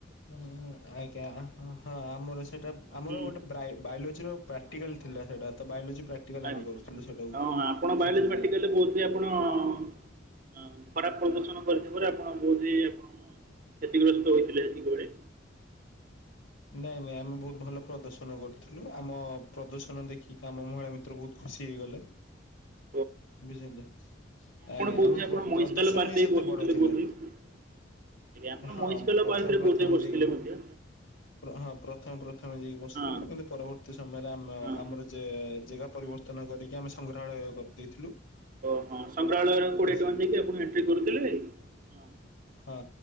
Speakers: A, on the left; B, on the right.
A: ହଁ ହଁ ଆଜ୍ଞା ହଁ ହଁ ଆମର ସେଟା ଆମର
B: ହୁଁ
A: ଗୋଟେ ବ୍ରାଇ ବାୟୋଲୋଜିର ପ୍ରାକ୍ଟିକାଲ
B: ଆଜ୍ଞା
A: ଥିଲା ସେଇଟା ତ ବାୟୋଲୋଜି ପ୍ରାକ୍ଟିକାଲ୍ ଆମେ
B: ଆଜ୍ଞା
A: କରୁଥିଲୁ ସେଇଟାକୁ
B: ହଁ ହଁ ଆପଣ
A: ସେଠି
B: ବାୟଲୋଜି
A: ଯାଇକି
B: ପ୍ରାକଟିକାଲ ରେ ବୋଧ ହୁଏ ଆପଣ-ଅ-ଅ-ଅ ଅ ଖରାପ ପ୍ରଦୂଷଣ କରିଥିବାରୁ ଆପଣ ବୋଧେ-ଏ-ଏ ଆପଣ-ଅ-ଅ କ୍ଷତିଗ୍ରସ୍ତ ହୋଇଥିଲେ ସେତିକିବେଳେ
A: ନାଇଁ ନାଇଁ ଆମେ ବହୁତ ଭଲ ପ୍ରଦର୍ଶନ କରୁଥିଲୁ ଆମ-ଅ-ଅ ପ୍ରଦୂଷଣ ଦେଖିକି ଆମ ମହିଳା ମିତ୍ର ବହୁତ ଖୁସି ହେଇଗଲେ।
B: ହ
A: ବୁଝିଲେ ଆଜ୍ଞା
B: ବୋଧହୁଏ
A: ଆମ ପ୍ର
B: ଆପଣ ମହିଷକାଲ
A: ପ୍ରଦୂଷଣ
B: ପାର୍କରେ
A: ହିଁ ସେତେ
B: ବି ବସିଥିଲେ
A: ବଡ ଥିଲା।
B: ବୋଧହୁଏ ଆଜ୍ଞା ଆପଣ
A: ହଁ
B: ମହିଷକାଲ
A: ପ୍ରଥମେ
B: ପାର୍କରେ
A: ପ୍ରଥମେ
B: ବୋଧହୁଏ ବସିଥିଲେ
A: ଯାଇକି ମୁ
B: ମଧ୍ୟ
A: ହଁ ପ୍ରଥମେ ପ୍ରଥମେ ଯାଇକି ବସିଥିଲୁ
B: ହଁ
A: କିନ୍ତୁ ପରବର୍ତ୍ତୀ ସମୟରେ ଆମେ
B: ହଁ
A: ଆମର ଯେ-ଏ-ଏ ଜାଗା ପରିବର୍ତ୍ତନ କରିକି ଆମେ ସଂଗ୍ରହାଳୟ କରିଦେଇଥିଲୁ।
B: ଓହଁ ସଂଗ୍ରହାଳୟର କୋଡ଼ିଏ
A: ବୁଝିଲ
B: ଟଙ୍କା ଦେଇକି ଆପଣ ଏଣ୍ଟ୍ରି କରୁଥିଲେ, ହଁ।
A: ହଁ